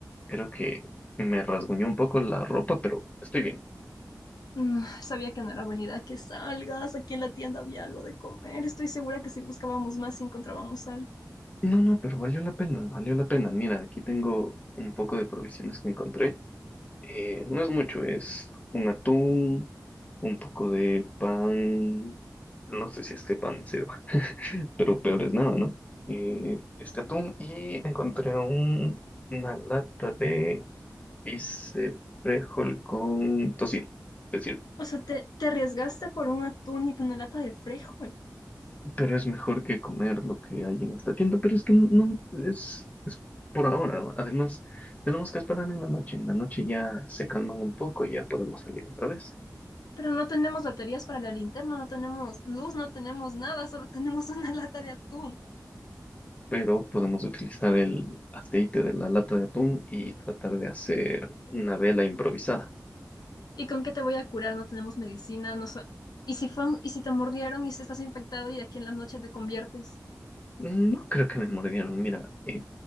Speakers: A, on the left (about 20°); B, on the left (about 85°).
A: Creo que me rasguñó un poco la ropa, pero estoy bien.
B: No, sabía que no era buena idea que salgas. Aquí en la tienda había algo de comer. Estoy segura que si buscábamos más, sí encontrábamos algo.
A: No, no, pero valió la pena, valió la pena. Mira, aquí tengo un poco de provisiones que encontré. Eh, no es mucho, es un atún, un poco de pan, no sé si este pan sirva, <laughs> pero peor es nada, ¿no? Eh, este atún y encontré un- una lata de bice frijol con tocino, es decir,
B: O sea, te, te arriesgaste por un atún y una lata de frijol.
A: pero es mejor que comer lo que hay en esta tienda, pero es que no, es, es por ahora, ¿no? además tenemos que esperar en la noche, en la noche ya se calman un poco y ya podemos salir otra vez.
B: Pero no tenemos baterías para la linterna, no tenemos luz, no tenemos nada, solo tenemos <laughs> una lata de atún.
A: pero podemos utilizar el aceite de la lata de atún y tratar de hacer una vela improvisada.
B: ¿Y con qué te voy a curar? No tenemos medicina, no so- ¿Y si fue un- y si te mordieron y si estás infectado y de aquí en la noche te conviertes?
A: No creo que me mordieron, mira, eh,